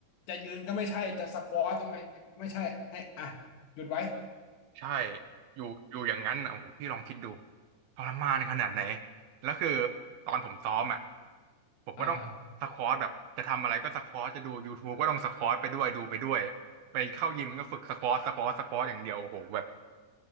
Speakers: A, on the left; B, on the right.
A: จะยืนก็ไม่ใช่จะสควอตลงไปไม่ใช่ให้อ่ะหยุดไว้
B: ใช่อยู่อยู่อย่างนั้นอ่ะโอ้โหพี่ลองคิดดูทรมานขนาดไหนแล้วคือตอนผมซ้อมอ่ะผมก็ต้องสควอตแบบจะทำอะไรก็สควอตจะดูยูท
A: อ่า
B: t u e ก็ต้องสควอตไปด้วยดูไปด้วยไปเข้ายิมก็ฝึกสควอตสควอตสควอตอย่างเดียวโอ้โหแบบ